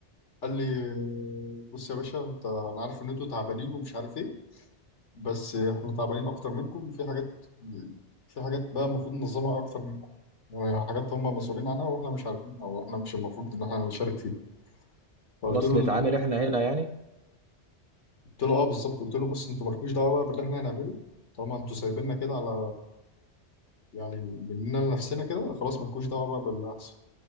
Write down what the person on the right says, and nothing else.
خلاص
نتعامل
احنا هنا يعني